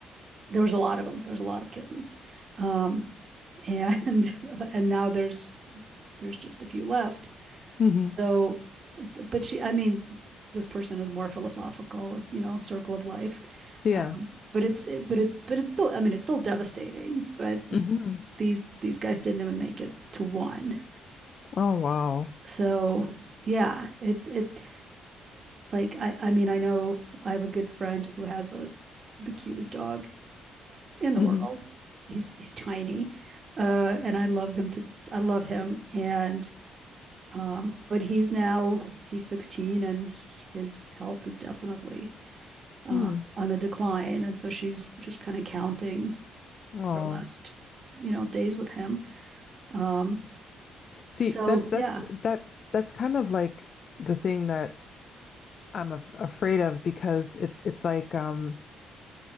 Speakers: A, on the right; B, on the left.
A: there was a lot of them. There was a lot of kittens. Um, <laughs> and and now there's there's just a few left.
B: <laughs> hmm
A: So, but she, I mean, this person is more philosophical, you know, circle of life.
B: Yeah.
A: Um, but it's but it but it's still I mean it's still devastating. But
B: hmm
A: these these guys didn't even make it to one.
B: Oh wow.
A: So yeah, it's it like I I mean I know I have a good friend who has a the cutest dog in the
B: hmm
A: world. He's he's tiny, uh, and I love him to I love him and um, but he's now he's 16 and his health is definitely uh,
B: Hmm.
A: on the decline, and so she's just kind of counting
B: Oh.
A: her last you know days with him. Um,
B: See,
A: so
B: that's that's
A: yeah,
B: that that's kind of like the thing that I'm af afraid of because it it's like um